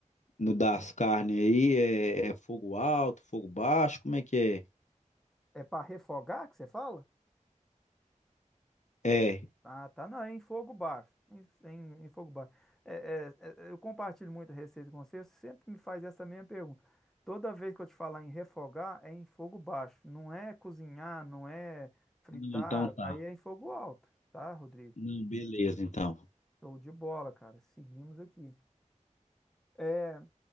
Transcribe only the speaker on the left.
no das carnes aí é, é fogo alto, fogo baixo, como é que
é? É.
Hum, Então tá.
Não, beleza, então.